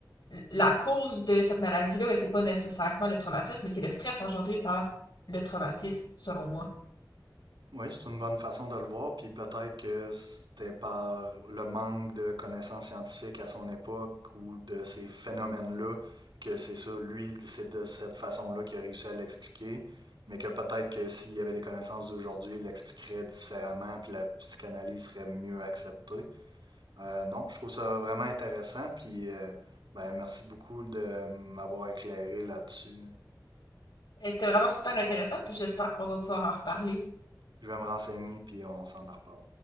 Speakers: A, on the left; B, on the right.
A: la cause de cette maladie-là, ben, c'est pas nécessairement le traumatisme, mais c'est le stress engendré par le traumatisme, selon moi.
B: Oui, c'est une bonne façon de le voir, puis peut-être que c'était par le manque de connaissances scientifiques à son époque ou de ces phénomènes-là que c'est ça, lui, c'est de cette façon-là qu'il a réussi à l'expliquer, mais que peut-être que s'il y avait des connaissances d'aujourd'hui, il l'expliquerait différemment, puis la psychanalyse serait mieux acceptée. Euh, non, je trouve ça vraiment intéressant, puis euh, ben, merci beaucoup de m'avoir éclairé là-dessus.
A: Et c'était vraiment super intéressant, puis j'espère qu'on va pouvoir en reparler
B: Je vais me renseigner, puis on s'en reparle.